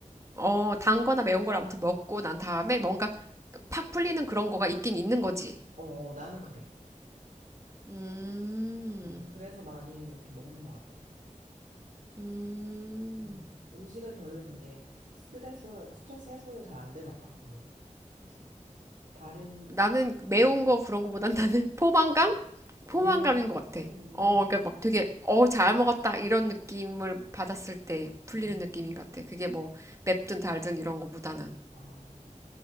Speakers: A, on the right (about 20°); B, on the right (about 70°).
A: 어, 단 거나 매운 걸 아무튼 먹고 난 다음에 뭔가 팍 풀리는 그런 거가 있긴 있는 거지.
B: 어, 어, 나는 그래.
A: 음,
B: 음, 그래서 많이 이렇게 먹는 것 같아.
A: 음.
B: 음, 음식은 별로 근데 스트레스, 스트레스 해소는 잘 안 되나 봐. 음, 그치. 다른,
A: 나는 매운
B: 음,
A: 거 그런 거보단 나는 포만감? 포만감인
B: 음,
A: 것 같아. 어, 그러니까 막 되게 어, 잘 먹었다 이런 느낌을 받았을 때 풀리는
B: 음.
A: 느낌인 것 같아. 그게 뭐 맵든 달든 이런 거보다는.
B: 아,